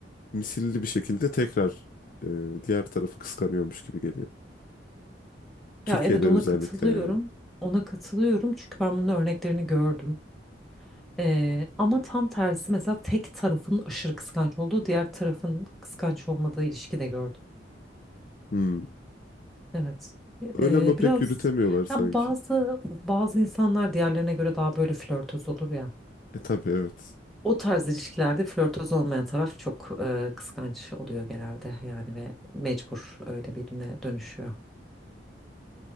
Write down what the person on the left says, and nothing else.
misilli bir şekilde tekrar e, diğer tarafı kıskanıyormuş gibi geliyor. Türkiye'de
özellikle
yani.
Hmm.
Öyle
ama
pek yürütemiyorlar sanki.
E tabii evet.